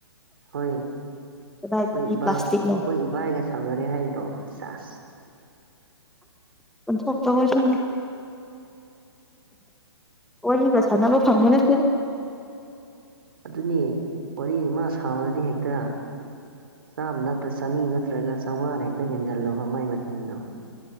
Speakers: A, on the right; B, in the centre.
A: ꯍꯣꯏ
B: ꯀꯗꯥꯏꯗꯒꯤ
A: ꯍꯣꯏ ꯏꯕꯥ
B: ꯄ꯭ꯂꯥꯁꯇꯤꯛꯅꯣ
A: ꯑꯩꯈꯣꯏ ꯏꯕꯥꯏꯒ ꯁꯥꯎꯅꯔꯦ ꯍꯥꯏꯔꯤꯔꯣ ꯆꯥꯁ
B: ꯊꯄꯕꯁ ꯋꯥꯔꯤꯒ ꯁꯥꯟꯅꯕ ꯐꯪꯕ ꯅꯠꯇꯗ
A: ꯑꯗꯨꯅꯤ ꯋꯥꯔꯤ ꯑꯃ ꯁꯥꯎꯔꯗꯤ ꯍꯦꯛꯇ ꯆꯥꯝ ꯅꯠꯇ꯭ꯔ ꯆꯅꯤ ꯅꯠꯇ꯭ꯔꯒ ꯆꯥꯝꯃꯉꯥꯅ ꯍꯦꯛꯇ ꯃꯦꯟꯖꯜꯂꯨꯕ ꯃꯩ ꯃꯆꯤꯟꯗꯣ